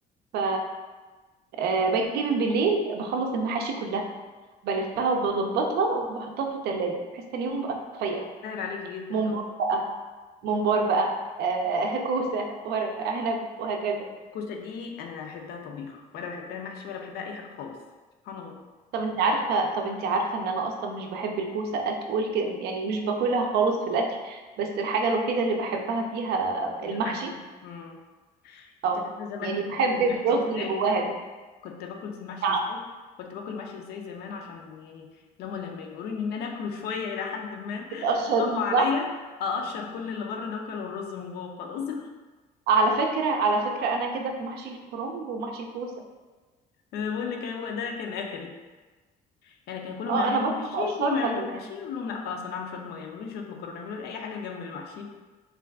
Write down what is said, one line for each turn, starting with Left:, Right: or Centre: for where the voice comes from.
Right: ف آه، باجي من بالليل بخلص المحاشي كلها بلفها وبظبطها وبحطها في التلاجة بحيث تاني يوم بقى فايقة
Left: سهل عليكي جدا
Right: ممبار
Left: طب
Right: ممبار بقى آه <laughs> كوسة ورق عنب وهكذا
Left: الكوسه دي انا لا بحبها طبيخ ولا بحبها محشي ولا بحبها اي حاجه خالص سبحان الله
Right: طب انت عارفة طب انت عارفة ان انا اصلا مش بحب الكوسة اتقول ك... يعني مش باكلها خالص في الاكل بس الحاجة الوحيدة اللي بحبها فيها
Left: ايه
Right: المحشي
Left: المحشي امم
Right: او
Left: انت عارفه زمان
Right: يعني
Left: كنت
Right: بحب
Left: باكل المحشي
Right: الرز
Left: ازاي
Right: اللي جواها ده
Left: كنت باكل المحشي
Right: نعم
Left: ازاي كنت باكل المحشي ازاي زمان عشان يعني لما لما يجبروني ان انا اكله شويه الى حد ما
Right: بتقشريه
Left: <laughs> يضغطوا عليا
Right: صح
Left: اقشر كل اللي بره ده واكل الرز من جوه خلاص <laughs>
Right: على فكرة على فكرة انا كده في محشي الكرنب ومحشي الكوسة
Left: انا بقول لك هو ده كان اخري يعني كان كلهم
Right: اه
Left: يعملوا
Right: انا برضه
Left: محشي
Right: بقشره
Left: كلهم يعملوا
Right: خلي
Left: محشي
Right: بالك
Left: يقول لهم لا خلاص انا هعمل شويه م- يعملوا لي شويه مكرونه يعملوا لي اي حاجه جنب المحشي